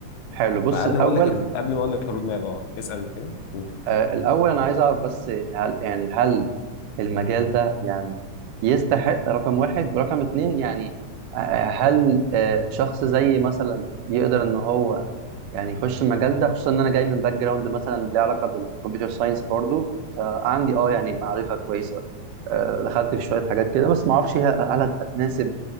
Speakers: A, on the right; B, on the left.
A: حلو بص
B: فقبل
A: الاول
B: ما اقول لك الر- قبل ما اقول لك الرود
A: مم.
B: ماب اه اسال كده قول
A: آه الاول انا عايز اعرف بس هل يعني هل المجال ده يعني يستحق رقم واحد ورقم اتنين يعني آه، آه، هل آه، شخص زي مثلا يقدر ان هو يعني يخش المجال ده خصوصا ان انا جاي من باك جراوند مثلا ليه علاقه بالكمبيوتر ساينس برضو فعندي اه يعني معرفه كويسه آه، دخلت في شويه حاجات كده بس ما اعرفش هي هل هتناسب